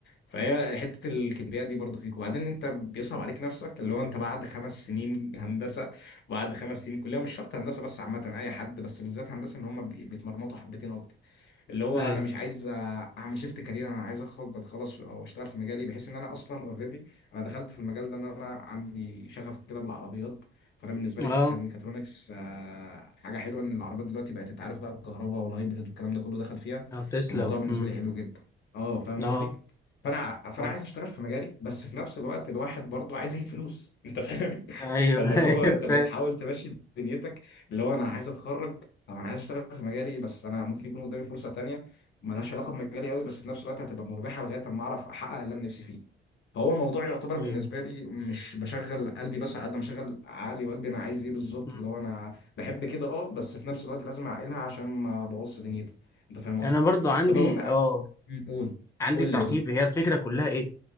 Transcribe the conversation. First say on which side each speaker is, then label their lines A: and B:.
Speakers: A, on the left; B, on the left.
A: فهي حته الكبرياء دي برضو فيك وبعدين انت بيصعب عليك نفسك اللي هو انت بعد خمس سنين هندسه بعد خمس سنين كليه مش شرط هندسه بس عامه اي حد بس بالذات هندسه ان هم بي- بيتمرمطوا حبتين اكتر اللي هو
B: ايوه
A: انا مش عايز اعمل شيفت كارير انا عايز اخرج اتخلص او اشتغل في مجالي بحيث ان انا اصلا اوريدي انا دخلت في المجال ده ان انا عندي شغف كده بالعربيات فانا بالنسبه
B: اه
A: لي كان ميكاترونكس آه، حاجه حلوه ان العربيات دلوقتي بقت تتعرف بقى الكهرباء والهايبريد والكلام ده كله دخل فيها
B: آه، تسلا
A: فالموضوع بالنسبه
B: امم
A: لي حلو جدا اه فاهم
B: اه
A: قصدي فانا فانا
B: آه.
A: عايز اشتغل في مجالي بس في نفس الوقت الواحد برضه عايز يجيب فلوس انت فاهم <laughs>
B: ايوه
A: فاللي
B: <laughs>
A: هو
B: ايوه
A: انت بتحاول
B: فاهم
A: تمشي دنيتك اللي هو انا عايز اتخرج طب انا عايز اشتغل في مجالي بس انا ممكن يكون قدامي فرصه تانية ملهاش علاقه بمجالي قوي بس في نفس الوقت هتبقى مربحه لغايه اما اعرف احقق اللي انا نفسي فيه فهو الموضوع يعتبر
B: ايوه
A: بالنسبه لي مش بشغل قلبي بس على قد ما بشغل عقلي وقلبي انا عايز ايه بالظبط
B: مم.
A: اللي هو انا بحب كده اه بس في نفس الوقت لازم اعقلها عشان ما ابوظش دنيتي انت فاهم
B: انا
A: قصدي
B: برضو عندي
A: طب المهم أ-
B: اه
A: قول
B: عندي
A: قول
B: تعقيب
A: لي قول
B: هي الفكره كلها ايه؟